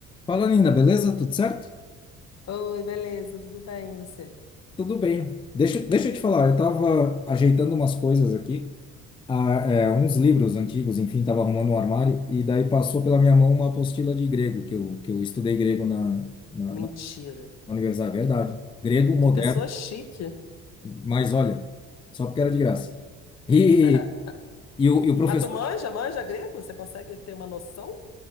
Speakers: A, on the left (about 15°); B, on the left (about 50°).
A: Fala, Nina, beleza? Tudo certo?
B: Oi, beleza, tudo bem, e você?
A: Tudo bem. Deixa, deixa eu te falar, eu tava ajeitando umas coisas aqui, ah, é, uns livros antigos, enfim, tava arrumando um armário, e daí passou pela minha mão uma apostila de grego, que eu, que eu estudei grego na, na,
B: Mentira.
A: na universidade, verdade. Grego moderno,
B: Que pessoa chique.
A: mas olha, só porque era de graça. E,
B: <laughs>
A: e, o, e o professor,
B: Mas tu manja, manja grego? Você consegue ter uma noção?